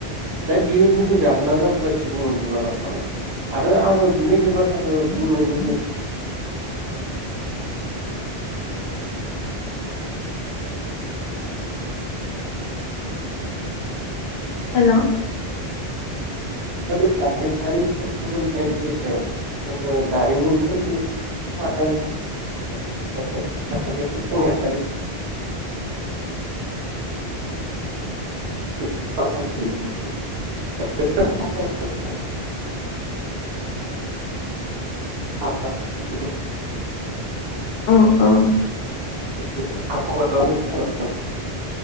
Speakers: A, on the right; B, on the left.
A: दा बियो गुबै जाहोना जाबाय सुबुं अनजिमा बांनाय आरो आङो नैबे बाथ्राखो बुंनो लुगै
B: हेलौ
A: <unintelligible> नायाव जोङो जारिमिन फोरखौ <unintelligible> <inaudible> <inaudible> मा
B: औ औ
A: <inaudible>